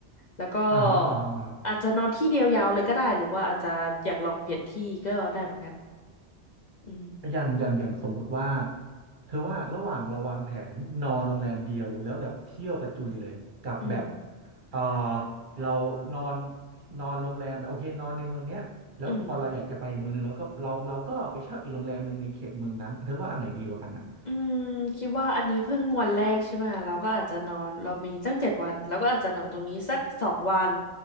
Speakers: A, on the left; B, on the right.
A: แล้วก็
B: อ่าฮะอ่าฮะอ่าฮะ
A: อาจจะนอนที่เดียวยาวเลยก็ได้หรือว่าอาจจะอยากลองเปลี่ยนที่ก็ได้เหมือนกันอืม
B: อย่างอย่างอย่างสมมุติว่าเธอว่าระหว่างเราวางแผนนอนโรงแรมเดียวแล้วแบบเที่ยวกระจุยเลยกับแบบ
A: อืม
B: เออเรานอนนอนโรงแรมแบบโอเคนอนในเมืองเนี้ยแล้วพอเราอยากจะไปเมืองนึงเราก็เราเราก็ไปเช่าอีกโรงแรมหนึ่งในเขตเมืองนั้นเธอว่าอันไหนดีกว่ากันอ่ะ
A: อืม อืมคิดว่าอันนี้เพิ่งวันแรกใช่ไหมเราก็อาจจะนอนเรามีตั้งเจ็ดวันเราก็อาจจะนอนตรงนี้สักสองวัน